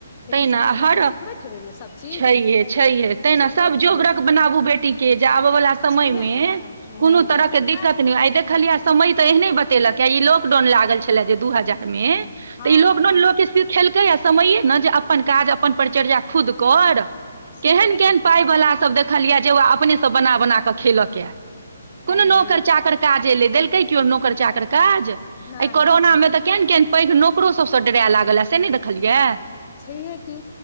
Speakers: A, on the left (about 35°); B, on the right (about 60°).
A: लेकिन
B: तेहिना
A: समय
B: आ
A: समयपर
B: हर
A: सिखबैत हेबै ने सभ चीज
B: छैेहे छैहे तेहिना
A: छैहे
B: सब
A: ने
B: जोगरक बनाबू बेटी टी के जे आबय वाला समय
A: छैहे
B: मे
A: ने
B: कोनो
A: हँ
B: तरह
A: तऽ
B: के दिक्कत
A: आब
B: नै आइ देखलिया समय तऽ एहने बतेलका ऐ ई लॉकडाउन लागल छलै जे दू हजार मे
A: हँ
B: तऽ ई लॉकडाउन
A: हँ
B: लोक सके खेलकैया समये न जे अपन काज अपन परिचर्जा खुद कर
A: सिखेबे
B: केहन केहन
A: केलकैए
B: पाइवला
A: ने
B: सभ देखलिय जे ओ अपने स बना बना कऽ खेलकए कोनो
A: तैँ
B: नौकर
A: ने
B: चाकर काज एलै देलकै केओ नौकर चाकर काज
A: नहि
B: अइ कोरोना
A: किछु
B: मे
A: नहि
B: तऽ केहन केहन पैघ नौकरो सबसँ डराय लागल या से नै देखलियै
A: छैहे की